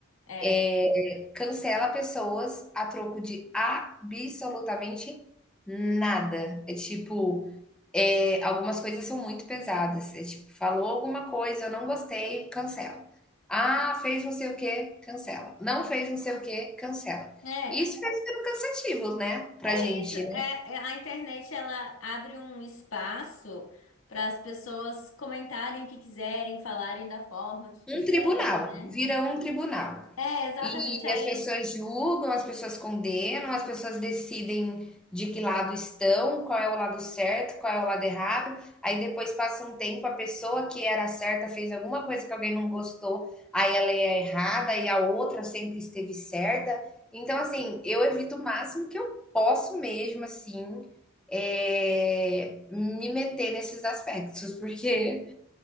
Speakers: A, on the left; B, in the centre.
A: É.
B: é, cancela pessoas a troco de absolutamente nada. É tipo, é, algumas coisas são muito pesadas. É tipo, falou alguma coisa, eu não gostei, cancela. Ah, fez não sei o que, cancela. Não fez não sei o que, cancela.
A: É,
B: Isso vai sendo cansativo, né, pra
A: isso,
B: gente.
A: é, é, a internet ela abre um espaço para as pessoas comentarem o que quiserem, falarem da forma que quiserem,
B: Um tribunal,
A: né?
B: vira um tribunal.
A: É, exatamente.
B: E
A: Aí,
B: as pessoas julgam, as pessoas condenam, as pessoas decidem de que lado estão, qual é o lado certo, qual é o lado errado. Aí depois passa um tempo, a pessoa que era certa fez alguma coisa que alguém não gostou, aí ela é errada e a outra sempre esteve certa. Então, assim, eu evito o máximo que eu posso mesmo, assim, é, me meter nesses aspectos, porque